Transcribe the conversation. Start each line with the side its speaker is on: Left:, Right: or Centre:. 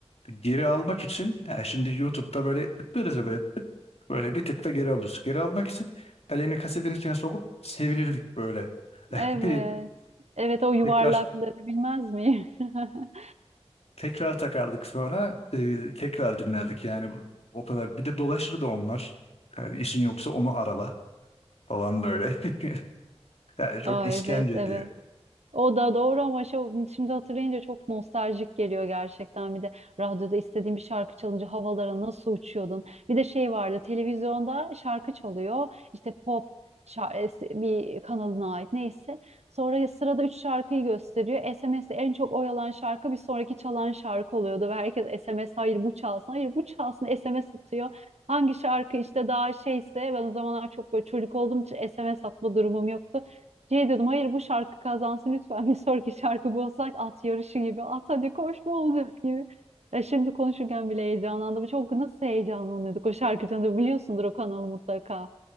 Left: Geri almak için yani şimdi YouTube'da böyle tıklarız ya böyle tık, böyle bir tık da geri alıyoruz. Geri almak için elini kasetin içine sokup sevinirdik böyle. <laughs>
Right: Evet. Evet o yuvarlakları
Left: Tekrar
Right: bilmez miyim? <laughs>
Left: tekrar takardık sonra e, tekrar dinlerdik yani bu- o kadar. Bir de dolaşırdı onlar. Yani işin yoksa onu arala falan böyle. <laughs> Yani çok
Right: Aa,
Left: işkenceydi.
Right: evet evet. O da doğru ama şu- şimdi hatırlayınca çok nostaljik geliyor gerçekten. Bir de radyoda istediğin bir şarkı çalınca havalara nasıl uçuyordun. Bir de şey vardı televizyonda şarkı çalıyor. İşte pop şa- es- bir kanalına ait neyse. Sonra sırada üç şarkıyı gösteriyor. SMS'de en çok oyalan şarkı bir sonraki çalan şarkı oluyordu. Ve herkes SMS hayır bu çalsın hayır bu çalsın SMS atıyor. Hangi şarkı işte daha şeyse ben o zamanlar çok böyle çocuk olduğum için SMS atma durumum yoktu. Şey diyordum hayır bu şarkı kazansın lütfen <laughs> bir sonraki şarkı bu olsak at yarışı gibi at hadi koş bu olacak gibi. Ya şimdi konuşurken bile heyecanlandım. Çok nasıl heyecanlanıyorduk o şarkı canında biliyorsundur o kanalı mutlaka.